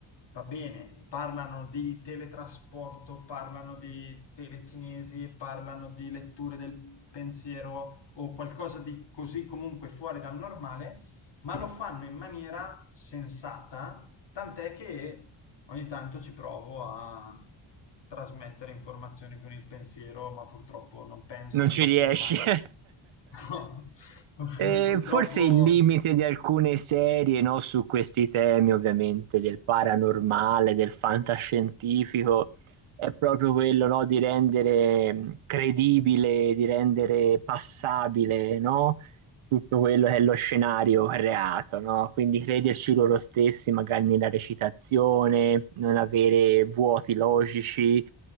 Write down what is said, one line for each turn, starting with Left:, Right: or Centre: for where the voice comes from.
Left: Va bene, parlano di teletrasporto, parlano di telecinesi, parlano di letture del pensiero o qualcosa di così comunque fuori dal normale, ma lo fanno in maniera sensata, tant'è che ogni tanto ci provo a trasmettere informazioni con il pensiero, ma purtroppo non penso
Right: Non
Left: di
Right: ci
Left: essere
Right: riesci.
Left: mai...
Right: <laughs>
Left: <laughs> No, <laughs>
Right: E
Left: purtroppo...
Right: forse il limite di alcune serie, no, su questi temi, ovviamente, del paranormale, del fantascientifico, è proprio quello, no, di rendere mh, credibile, di rendere passabile, no, tutto quello che è lo scenario creato, no? Quindi crederci loro stessi, magari nella recitazione, non avere vuoti logici